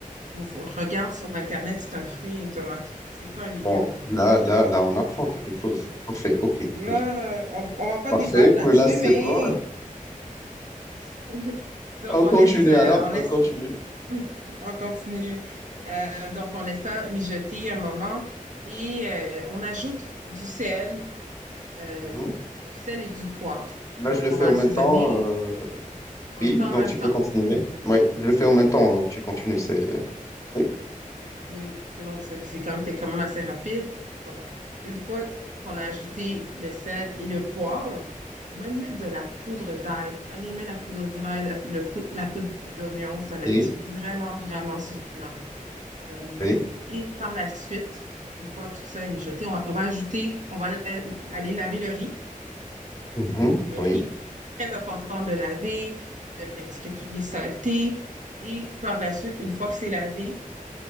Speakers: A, on the right (about 60°); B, on the left (about 25°).
A: Regarde sur Internet, c'est un fruit, une tomate. C'est pas un légume.
B: Bon, là, là, là, on apprend quelque chose. Parfait, ok,
A: Là,
B: très bien
A: on, on va pas
B: Parfait,
A: débattre là-dessus,
B: mais là, c'est
A: mais
B: bon.
A: <laughs> Mhm. Donc,
B: On
A: on
B: continue
A: laisse, euh,
B: alors,
A: on laisse,
B: on continue.
A: <laughs> on continue. Euh, donc, on laisse ça mijoter un moment et euh, on ajoute du sel, euh,
B: Mhm.
A: du sel et du poivre.
B: Là,
A: Donc,
B: je le fais
A: on va
B: en
A: assaisonner,
B: même temps. euh,
A: on
B: Oui,
A: le fait en
B: donc
A: même
B: tu
A: temps.
B: peux continuer.
A: Oui,
B: Oui, je le fais en même temps, donc tu continues. C'est... Oui,
A: oui. C'est- donc c'est c'est quand même, c'est quand même assez rapide. Donc, une fois qu'on a ajouté le sel et le poivre, on peut même mettre de la poudre d'ail. Allez, mets la poudre d'ail, la, le pou- la poudre d'oignon, ça va
B: oui,
A: être vraiment, vraiment succulent. Euh,
B: oui.
A: et par la suite, une fois tout ça est mijoté, on va, on va ajouter, on va aller laver le riz.
B: Mhm.
A: Donc, le
B: Oui,
A: riz, très important de le laver, de retirer toutes les saletés. Et par la suite, une fois que c'est lavé,